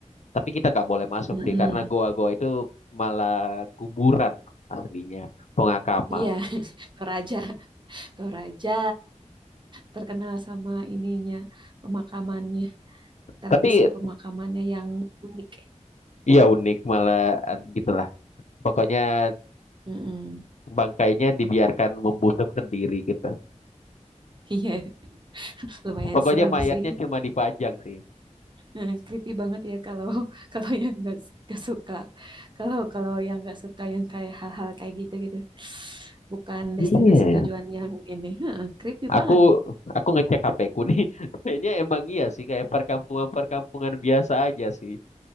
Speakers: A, on the left; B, on the right.
A: Tapi kita nggak boleh masuk
B: Mm-mm.
A: sih, karena goa-goa itu malah kuburan aslinya, pengakaman.
B: Iya, <laughs> Toraja, Toraja terkenal sama ininya, pemakamannya, tradisi
A: Tapi
B: pemakamannya yang unik.
A: ya unik malah eh, gitulah. Pokoknya
B: Mm-mm.
A: Bangkainya dibiarkan membusuk sendiri gitu.
B: Iya, <laughs> lumayan
A: Pokoknya
B: serem
A: mayatnya
B: sih.
A: cuma dipajang sih.
B: Eh, creepy banget ya kalau <laughs> kalau yang nggak s- nggak suka kalau kalau yang nggak suka yang kayak hal-hal kayak gitu gitu bukan
A: Iya.
B: destinasi tujuan yang ini Heeh, creepy
A: Aku
B: banget ya
A: aku ngecek HP ku nih. <laughs> Kayaknya emang iya sih kayak perkampungan-perkampungan biasa aja sih.